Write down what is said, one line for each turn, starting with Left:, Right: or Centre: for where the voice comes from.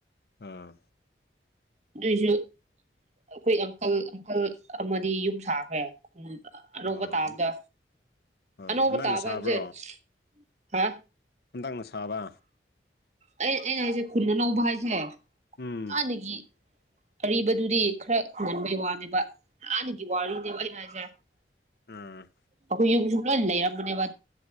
Left: ꯑꯥ
Right: ꯑꯗꯨꯏꯁꯨ ꯑꯩꯈꯣꯏ ꯑꯪꯀꯜ ꯑꯪꯀꯜ ꯑꯃꯗꯤ ꯌꯨꯝ ꯁꯥꯈ꯭ꯔꯦ꯫ ꯑꯅꯧꯕ
Left: ꯑꯣ
Right: ꯇꯥꯕꯗ꯫
Left: ꯑꯣ
Right: ꯑꯅꯕ
Left: ꯍꯟꯗꯛꯅ
Right: ꯇꯥꯕ
Left: ꯁꯥꯕ꯭ꯔꯣ
Right: ꯍꯥꯏꯕꯁꯦ ꯍꯥ
Left: ꯍꯟꯗꯛꯅ ꯁꯥꯕ
Right: ꯑꯩ ꯑꯩꯅ ꯍꯥꯏꯁꯦ ꯈꯨꯟꯅ ꯑꯅꯧꯕ ꯍꯥꯏꯁꯦ
Left: ꯎꯝ
Right: ꯍꯥꯟꯅꯒꯤ ꯑꯔꯤꯕꯗꯨꯗꯤ ꯈꯔ ꯉꯟꯕꯩ ꯋꯥꯅꯦꯕ ꯍꯥꯟꯅꯒꯤ ꯋꯥꯔꯤꯅꯦꯕ ꯑꯩꯅ ꯍꯥꯏꯁꯦ꯫
Left: ꯎꯝ
Right: ꯑꯩꯈꯣꯏ ꯌꯨꯝꯁꯨ ꯂꯣꯏ ꯂꯩꯔꯝꯕꯅꯦꯕ